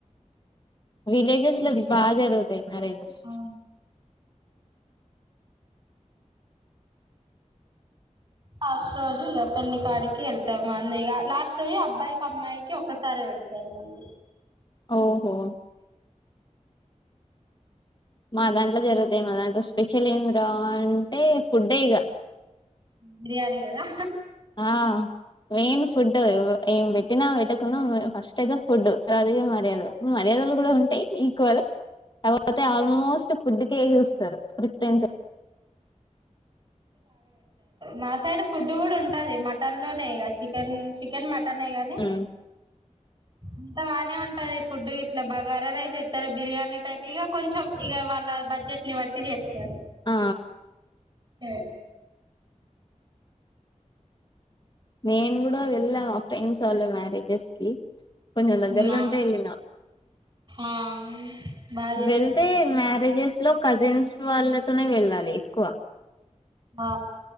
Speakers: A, on the left; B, on the right.
A: విలేజెస్ లో బాగా జరుగుతాయి మ్యారేజెస్
B: అవును లాస్ట్ రోజు ఇక పెళ్లి కాడికి వెళ్తాం అన్నయ ఇక లాస్ట్ రోజు అబ్బాయికి అమ్మాయికి ఒకసారి పెడతారు మళ్ళీ
A: ఓహో మా దాంట్లో జరుగుతాయి మా దాంట్లో స్పెషల్ ఏంది రా అంటే ఫుడ్డే ఇక
B: బిర్యానీ కదా
A: ఆ మెయిన్ ఫుడ్ ఏం పెట్టినా పెట్టకుండా ఫస్ట్ అయితే ఫుడ్ తవా <unintelligible> మర్యాద మర్యాదలు కూడా ఉంటాయి ఈక్వల్ కాకపోతే ఆల్మోస్ట్ ఫుడ్ కే ఏచేస్తారు ప్రిపరెన్స్
B: మా సైడ్ ఫుడ్ కూడా ఉంటాది మటన్ లోనే ఇక చికెన్ చికెన్ మటన్ టనే గానీ
A: ఉమ్.
B: అంత బాగానే ఉంటది ఫుడ్ ఇట్లా బగారా రైస్ ఎత్తారు బిర్యానీ టైప్ ఇక కొంచెం ఇక వాళ్ళ బ బడ్జెట్ ని బట్టి చేస్తారు
A: ఆ
B: సడ్ <unintelligible>
A: నేను కూడా వెళ్ళా మా ఫ్రెండ్స్ వాళ్ళ మ్యారేజెస్ కి కొంచెం దగ్గర్లో
B: నా
A: ఉంటే వెళ్ళిన
B: ఆ బాగా చేస్తారు
A: వెళ్తే మ్యారేజెస్ లో కజిన్స్ వాళ్ళతోనే వెళ్ళాలి ఎక్కువ
B: ఆ